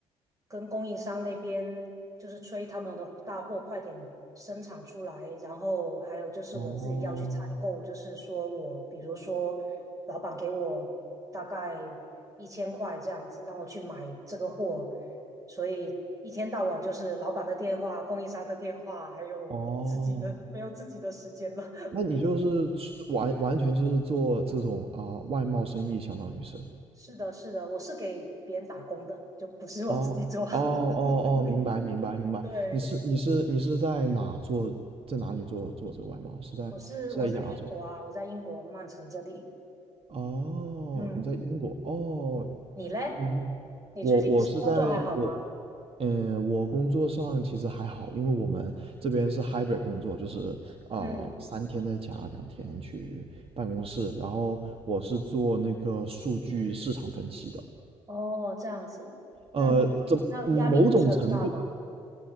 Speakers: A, on the right (about 25°); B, on the right (about 45°).
A: 跟供应商那边就是催他们的大货快点生产出来，然后还有就是我自己要去采购，
B: 哦
A: 就是说我比如说老板给我大概一千块这样子，让我去买这个货，所以。一天到晚就是老板的电话、供应商的电话，还有我自己的，
B: 哦，
A: 没有自己的时间了。
B: 那你就是出完完全就是做这种啊、外贸生意，相当于是。
A: 是的，是的，我是给别人打工的，就不是我自己做。
B: 哦哦哦哦，
A: <laughs>
B: 明白明白明白。
A: 对，
B: 你是你是你是在哪做，在哪里做做这个外贸？是在是在亚洲？
A: 我是我是在英国啊，我在英国曼城这里。
B: 哦，
A: 嗯，
B: 你在英国？哦
A: 你嘞？
B: 我
A: 你最近工作还好吗？
B: 我我是在我嗯，我工作上其实还好，因为我们这边是 hybrid 工作，就是啊、
A: 嗯，
B: 呃三天在家，两天去办公室。然后我是做那个数据市场分析的，
A: 哦，这样子，那你那压力不是很大吗？
B: 呃，怎嗯某种程度，